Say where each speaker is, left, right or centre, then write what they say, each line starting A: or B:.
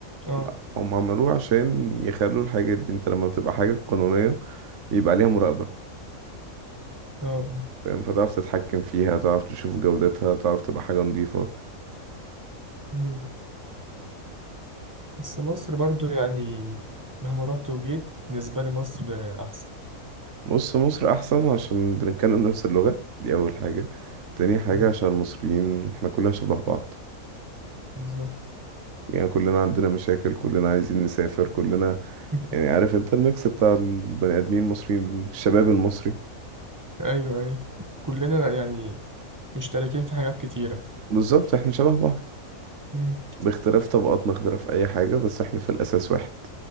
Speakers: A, on the right; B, on the right.
A: آه
B: لا هم عملوه عشان يخلوا الحاجة دي انت لما بتبقى حاجة قانونية يبقى عليها مراقبة
A: آه
B: فاهم فتعرف تتحكم فيها تعرف تشوف جودتها تعرف تبقى حاجة نظيفة
A: مم. بس مصر برضو يعني مهما رحت وجيت بالنسبة لي مصر أحسن
B: بص مصر احسن عشان بنتكلم نفس اللغة دي اول حاجة تاني حاجة
A: مم.
B: عشان المصريين احنا كلنا شبه بعض
A: بالظبط
B: يعني كلنا عندنا مشاكل كلنا عايزين نسافر كلنا
A: <laughs>
B: يعني عارف انت الميكس بتاع البني ادمين المصريين الشباب المصري
A: أيوة أيوة كلنا يعني مشتركين في حاجات كتيرة
B: بالظبط احنا شبه بعض
A: مم.
B: باختلاف طبقاتنا اختلاف اي حاجة بس احنا في الاساس واحد